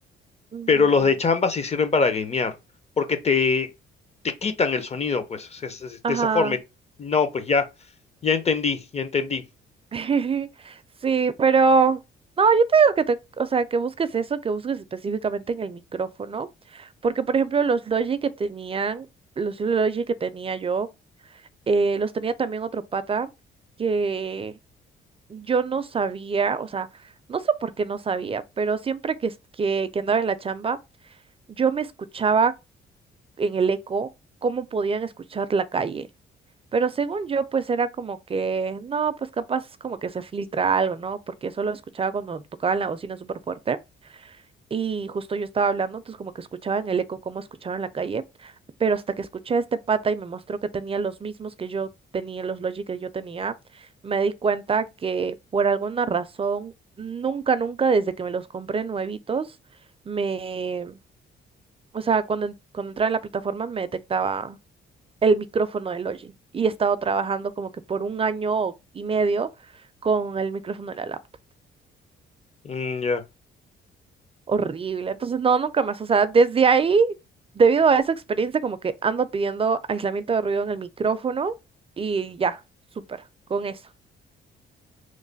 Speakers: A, on the right; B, on the left.
A: ujú,
B: pero los de chamba sí sirven para gamear, porque te, te quitan el sonido, pues, es- es- es
A: Ajá.
B: de esa forma. Y No, pues ya, ya entendí, ya entendí.
A: <laughs> Sí, pero no, yo te digo que te, o sea, que busques eso, que busques específicamente en el micrófono, porque por ejemplo los Logi que tenían, los Logi que tenía yo, eh, los tenía también otro pata que yo no sabía, o sea, no sé por qué no sabía, pero siempre que, es- que, que andaba en la chamba, yo me escuchaba en el eco cómo podían escuchar la calle. Pero según yo, pues era como que, no, pues capaz como que se filtra algo, ¿no? Porque solo escuchaba cuando tocaban la bocina súper fuerte. Y justo yo estaba hablando, entonces como que escuchaba en el eco cómo escuchaba en la calle, pero hasta que escuché a este pata y me mostró que tenía los mismos que yo tenía, los Logic que yo tenía, me di cuenta que por alguna razón, nunca, nunca, desde que me los compré nuevitos, me, o sea, cuando, en- cuando entraba en la plataforma me detectaba el micrófono de Logic y he estado trabajando como que por un año y medio con el micrófono de la laptop.
B: Mm, ya.
A: Horrible. Entonces, no, nunca más. O sea, desde ahí, debido a esa experiencia, como que ando pidiendo aislamiento de ruido en el micrófono y ya, súper, con eso.